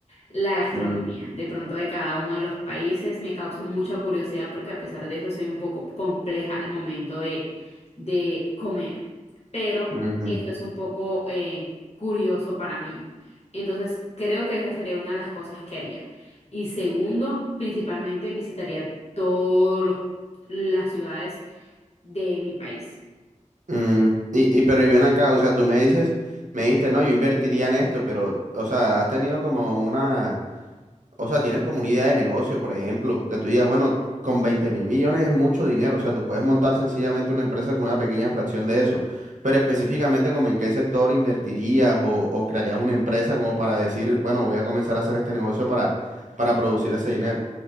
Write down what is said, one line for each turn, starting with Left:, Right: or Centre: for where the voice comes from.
Left: la gastronomía,
Right: mm,
Left: de pronto de cada uno de los países, me causa mucha curiosidad porque a pesar de eso soy un poco compleja al momento de, de comer, pero
Right: ujú,
Left: eso es un poco eh, curioso para mí. Entonces creo que esa sería una de las cosas que haría. Y segundo, principalmente visitaría todas las ciudades de mi país.
Right: mm. Y, y pero y ven acá, o sea, tú me dices, me dijiste, no, yo invertiría en esto, pero, o sea, has tenido como una o sea, tienes como una idea de negocio, por ejemplo, que tú digas, bueno, con veinte mil millones es mucho dinero, o sea, tú puedes montar sencillamente una empresa con una pequeña fracción de eso, pero específicamente como en qué sector invertirías o, o crearías una empresa como para decir, bueno, voy a comenzar a hacer este negocio para, para producir ese dinero.